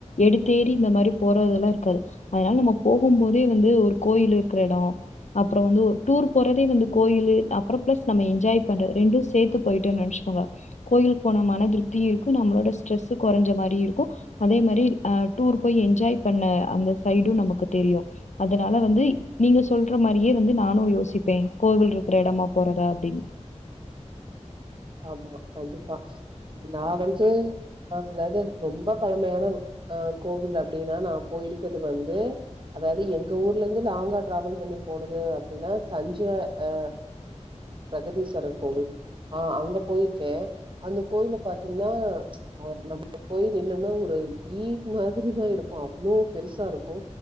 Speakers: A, on the left (about 75°); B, on the right (about 45°).
A: எடுத்தேறி இந்த மாரி போறதெல்லா இருக்காது அதனால நம்ம போகும் போதே வந்து ஒரு கோயில் இருக் கெடோ அப்பற வந்து ஒரு டூர் போறதே வந்து கோயிலு அப்பற பிளஸ் நம்ம என்ஜாய் பண்ற ரெண்டு சேத்து போயிட்டோ நெனச் கோங்க கோயிலுக்கு போன மனதிருப்தியு இருக்கு நம்மளோட ஸ்ட்ரெஸ் கொறைஞ்ச மாரி இருக்கு அதே மாரி அ டூர் போய் என்ஜாய் பண்ண அந்த சைடு நமக்கு தெரியு அதனால வந்து நீங்க சொல்ற மாரியே வந்து நானு யோசிப்பே கோவில் இருக்கிற இடமா போறதா அப்டின்னு <inaudible>
B: ஆமா கண்டிப்பா நா வந்து அதாவது ரொம்ப பழமையான அ கோவில் அப்டின்னா நா போயிருக்கறது வந்து அதாவது எங்க ஊர்லருந்து லாங்கா டிராவல் பண்ணி போனது அப்படின்னா தஞ்ச அ பிரகதீஸ்வரர் கோவில் அ அங்க போயிருக்கே அந்த கோயில பாத்தீங்ன்னா அ நம்ம போய் நின்னம்னா ஒரு ஈ மாதிரிதா இருக்கு அவ்ளோ பெருசாருக்கு